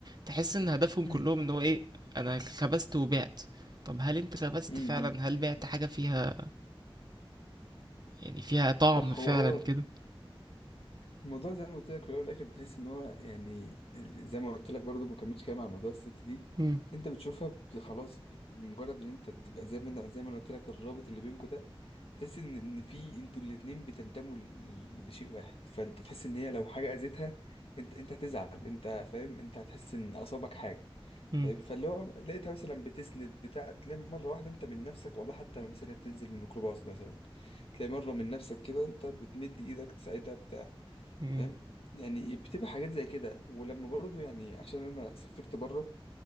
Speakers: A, on the right; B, on the left.
A: تحس ان هدفهم
B: مم.
A: كلهم ان هو ايه انا خبزت وبعت طب هل انت خبزت
B: مم.
A: فعلا هل بعت حاجه فيها يعني فيها طعم
B: صح
A: فعلا
B: هو هو
A: كده
B: الموضوع زي ما قلت لك في الاول والاخر بتحس ان هو يعني ال- زي ما قلت لك برضو ما كملتش كلام على موضوع الست دي
A: مم.
B: انت بتشوفها ب- خلاص ب- بمجرد ان انت بتبقى زي ما انا زي ما انا قلت لك الرابط اللي بينكم ده تحس ان ان في انتوا الاتنين بتنتموا ل- ل- لشيء واحد فانت تحس ان هي لو حاجه اذتها انت انت هتزعل انت فاهم انت هتحس ان اصابك حاجه
A: مم.
B: فاهم فاللي هو لقيتها مثلا بتسند بتاع تلاقي مره واحده انت من نفسك والله حتى لو مثلا هي بتنزل من الميكروباص مثلا تلاقي مره من نفسك كده انت بتمد ايدك تساعدها بتاع
A: مم.
B: فاهم يعني بتبقى حاجات زي كده ولما برضو يعني عشان انا سافرت بره